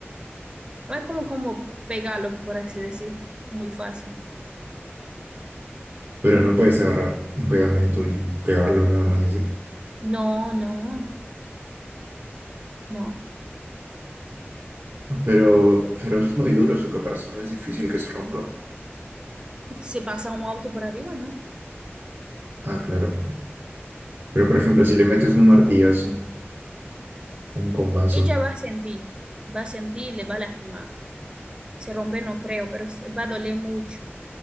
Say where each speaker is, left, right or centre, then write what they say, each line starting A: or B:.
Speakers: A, on the right; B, on the right.
A: no hay como, como pegarlos, por así decir, muy fácil.
B: pero no puedes agarrar un pegamento y pegarlo nada más así.
A: No, no, no.
B: Pero, pero es muy duro, su caparazón es difícil que se rompa.
A: Si pasa un auto por arriba, ¿no?
B: Ah, claro. Pero,
A: Ujú.
B: por ejemplo, si le metes un martillazo, un compaso,
A: Ella va a sentir, va a sentir y le va a lastimar. Se rompe no creo, pero es- va a doler mucho.